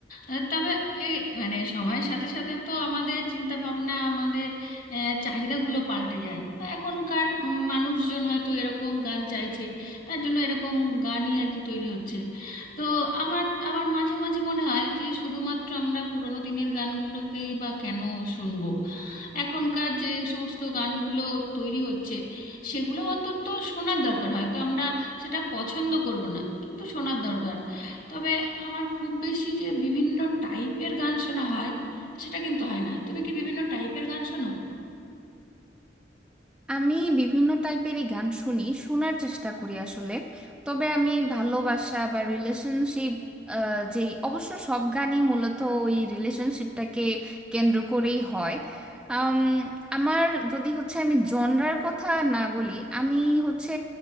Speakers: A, on the left; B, in the centre.
A: আহ, তবে এই মানে সময়ের সাথে সাথে তো আমাদের চিন্তা ভাবনা আমাদের আহ, চাহিদাগুলো পাল্টে যায় এখনকার উম, মানুষজন হয়তো এরকম গান চাইছে তার জন্য এরকম গানই আর কি তৈরি হচ্ছে তো আমার আমার মাঝে মাঝে মনে হয় যে শুধুমাত্র আমরা পুরোনো দিনের গানগুলোকেই বা কেন শুনবো এখনকার যে সমস্ত গানগুলো তৈরি হচ্ছে সেগুলো অন্তত শোনার দরকার হয়তো আমরা সেটা পছন্দ করব না কিন্তু শোনার দরকার তবে আমার খুব বেশি যে বিভিন্ন টাইপের গান শোনা হয় সেটা কিন্তু হয় না তুমি কি বিভিন্ন টাইপের গান শোনো
B: আমি বিভিন্ন টাইপেরই গান শুনি শোনার চেষ্টা করি আসলে তবে আমি ভালোবাসা বা রিলেশনশিপ যেই অবশ্য সব গানই মূলত ওই রিলেশনশিপটাকে কেন্দ্র করেই হয় আম, আমার যদি হচ্ছে আমি জনরার কথা না বলি আমি হচ্ছে